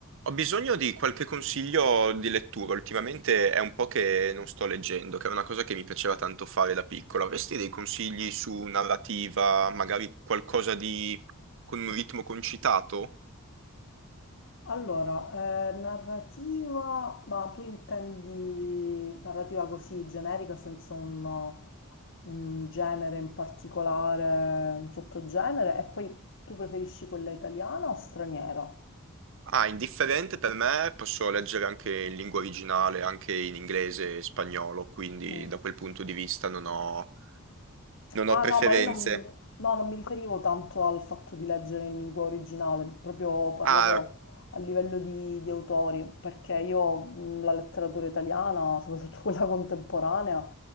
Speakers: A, on the right; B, on the left.
A: Ho bisogno di qualche consiglio di lettura. Ultimamente è un po' che non sto leggendo, che è una cosa che mi piaceva tanto fare da piccolo. Avresti dei consigli su narrativa, magari qualcosa di con un ritmo concitato?
B: Allora, eh, narrativa, ma tu intendi narrativa così generica, senza un, un genere in particolare, un sottogenere, e poi tu preferisci quella italiana o straniera?
A: Ah, indifferente per me, posso leggere anche in lingua originale, anche in inglese e spagnolo, quindi
B: Mm.
A: da quel punto di vista non ho, non
B: Ah
A: ho preferenze.
B: no, ma io non, no, non mi riferivo tanto al fatto di leggere in lingua originale, proprio parlavo
A: Ah,
B: a livello di, di autori, perché io mh, la letteratura italiana, soprattutto <laughs> quella contemporanea,